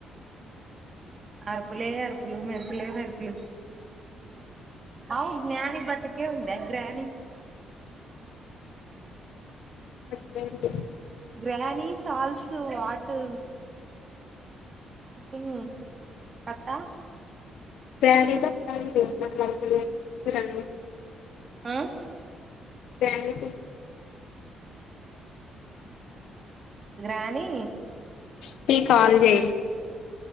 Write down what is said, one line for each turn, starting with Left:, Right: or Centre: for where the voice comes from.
Right: అరుపులే అరుపులు మెరుపులే మెరుపులు అవు జ్ఞాని బతికే ఉంద గ్రాని
Left: పడుకుందా
Right: గ్రానీ సాల్స్ వాటు టి పట్టా
Left: <unintelligible>
Right: ఆ
Left: గ్రాని
Right: గ్రానీ
Left: వస్తె కాల్ జయ్